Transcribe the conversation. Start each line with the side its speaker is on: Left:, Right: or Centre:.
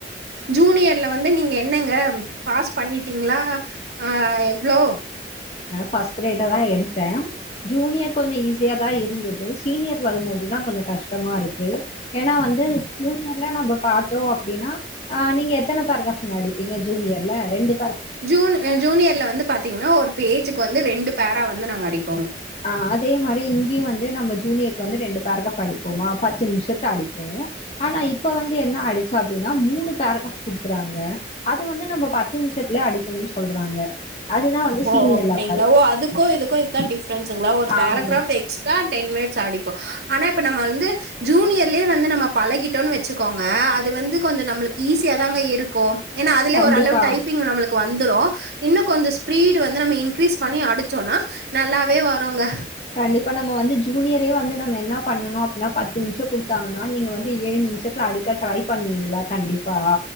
Right: ஜூனியர்ல வந்து நீங்க என்னங்க பாஸ்ட் பண்ணிட்டீங்களா அ எவ்ளோ
Left: பஸ்ட் கிரேடு தா எடுத்தே ஜூனியர் கொஞ்சம் ஈஸியா தான் இருந்தது சீனியர் வரும்போதுதா கொஞ்ச கஷ்டமா இருக்கு ஏன்னா வந்து ஜூனியர்ல நம்ம பாத்தோ அப்டின்னா அ நீங்க எத்தன பேரக்ராப்ங்க அடிப்பீங்க ஜூனியர்ல ரெண்டு
Right: ஜூன் ஜூனியர்ல வந்து பாத்தீங்கன்னா ஒரு பேஜ் ப்பொ வந்து ரெண்டு பேரா வந்து நாங்க அடிப்
Left: அ அதே மாரி இங்கயு வந்து நம்ம ஜூனியருக்கு வந்து ரெண்டு பேரக்ராப் அடிப்போமா பத்து நிமிஷத்துல அடிப்போ ஆனா இப்ப வந்து என்ன ஆயிடுச்ச அப்டின்னா மூணு பேரக்ராப் குடுக்குறாங்க அது வந்து நம்ப பத்து நிம்ஷத்தல அடிக்குனு சொல்றாங்க அதுதான் வந்து
Right: ஓ
Left: சீனியர்
Right: ஓ அப்டிங்களா
Left: லெவல்.
Right: ஓ அதுக்கோ இதுக்கோ இதா டிஃப் ஃப்ரெண்ட்ஸ்ங்ளா ஒரு பேரகிராப்
Left: ஆமா.
Right: எக்ஸ்ட்ரா டென் மினிட்ஸ் அடிப்போம் ஆனா இப்ப நம வந்து ஜூனியர்லயே வந்து நம்ம பழகிட்டோம்னு வச்சுக்கோங்க அது வந்து கொஞ்சம் நம்மளுக்கு ஈஸியா தாங்க இருக்கும் ஏனா அதுலே
Left: கண்டிப்பா.
Right: ஒரு அளவு டைப்பி்ங் நம்மளு வந்துரும் இன்னும் கொஞ்ச வந்து நம்ம இன்கிரீஸ் பண்ணி அடிச்சோம்னா நல்லாவே வரும்ங்க
Left: கண்டிப்பா நம்ம வந்து ஜூனியரே வந்து நம்ம என்ன பண்ணணும் அப்புனா பத்து நிமிஷ குடுத்தாங்கனா நீங்க வந்து ஏழு நிமஷத்தல அடிக்க ட்ரை பண்ணுவீங்ளா கண்டிப்பா